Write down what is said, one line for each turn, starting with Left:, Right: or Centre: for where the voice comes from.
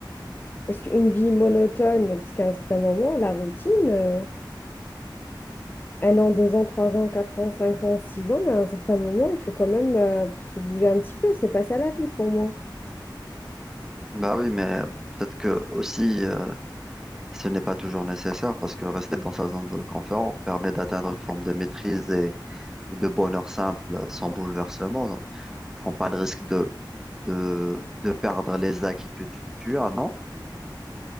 Left: Parce qu'une vie monotone, parce qu'à un certain moment, la routine, euh, un an, deux ans, trois ans, quatre ans, cinq ans, six ans, mais à un certain moment, il faut quand même euh, se bouger un petit peu. C'est pas ça la vie pour moi.
Centre: Bah oui, mais peut-être que aussi, euh, ce n'est pas toujours nécessaire parce que rester dans sa zone de confort permet d'atteindre une forme de maîtrise et et de bonheur simple euh, sans bouleversement. Tu prends pas le risque de, de, de perdre les acquis que tu tu as, non?